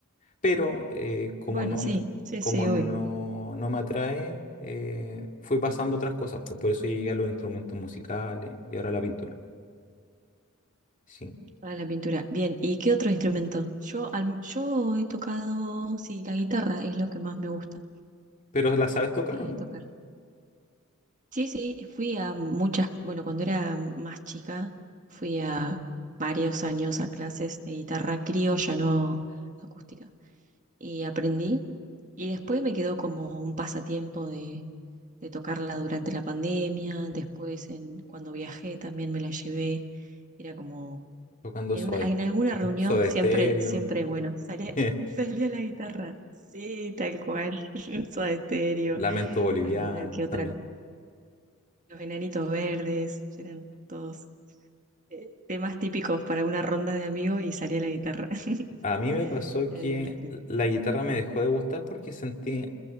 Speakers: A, on the left; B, on the right.
A: Pero eh, como
B: Bueno,
A: no,
B: sí,
A: me-
B: sí,
A: como
B: sí, hoy.
A: no, no me atrae, eh, fui pasando otras cosas. Por, por eso llegué a los instrumentos musicales y ahora a la pintura. Sí.
B: Para la pintura. Bien, ¿y qué otro instrumento? Yo, al- yo he tocado, sí, la guitarra es lo que más me gusta
A: Pero la sabes tocar
B: eh,
A: o no?
B: tocar. Sí, sí, fui a muchas, bueno, cuando era más chica, fui a varios años a clases de guitarra criolla, no acústica. y aprendí. Y después me quedó como un pasatiempo de, de tocarla durante la pandemia, después en, cuando viajé también me la llevé, era como,
A: Tocando
B: en
A: Soda,
B: una, en alguna
A: <laughs>
B: reunión
A: Soda
B: siempre,
A: Stereo,
B: siempre, bueno, salía,
A: <laughs>
B: <laughs> salía la guitarra, sí, tal cual, <laughs> Soda Estéreo,
A: Lamento Boliviano
B: alguna que otra,
A: también.
B: Los Enanitos Verdes, eran todos eh, temas típicos para una ronda de amigos y salía la guitarra, <laughs>
A: A mí me pasó
B: era
A: que
B: divertido.
A: la guitarra me dejó de gustar porque sentí,